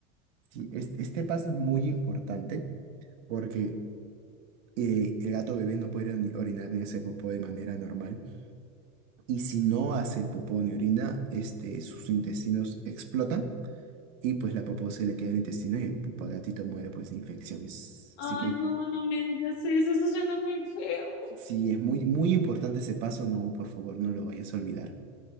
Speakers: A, on the right (about 80°); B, on the left (about 70°).
A: Sí, es- este paso es muy importante porque eh, el gato bebé no puede ni- orinar ni hacer popó de manera normal y si no hace popó ni orina, este, sus intestinos explotan y pues la popó se le queda en el intestino y el p- gatito muere pues de infecciones.
B: Ay,
A: Así que
B: no, no me digas eso, eso suena muy feo.
A: sí, es muy, muy importante ese paso, no, por favor, no lo vayas a olvidar.